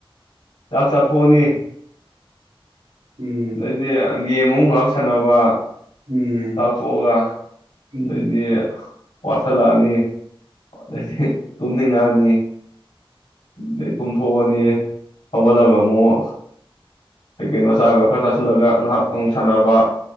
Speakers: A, on the left; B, on the right.
A: ꯆꯥꯛ ꯆꯥꯊꯣꯛꯑꯅꯤ꯫
B: ꯎꯝ꯫
A: ꯑꯗꯩꯗꯤ ꯒꯦꯝ ꯑꯃꯨꯛ ꯉꯥꯏꯍꯥꯛ ꯁꯥꯟꯅꯕ꯫
B: ꯎꯝ
A: ꯆꯥꯛꯇꫭꯛ ꯑꯒ
B: ꯎꯝ
A: ꯑꯗꯩꯗꯤ꯫ ꯋꯥꯁꯤꯜꯂꯛꯑꯅꯤꯗꯩꯗꯤ ꯇꯨꯝꯅꯤꯡꯉꯛꯑꯅꯤ ꯑꯗꯩ ꯇꯨꯝꯊꯣꯛꯑꯅꯤ ꯇꯧꯒꯜꯂꯒ ꯑꯃꯨꯛ꯫ ꯀꯩ ꯀꯩꯅꯣ ꯆꯥꯕ ꯈꯔ ꯆꯥꯁꯤꯜꯂꯒ ꯉꯥꯏꯍꯥꯛ ꯑꯃꯨꯛ ꯁꯥꯟꯅꯕ꯫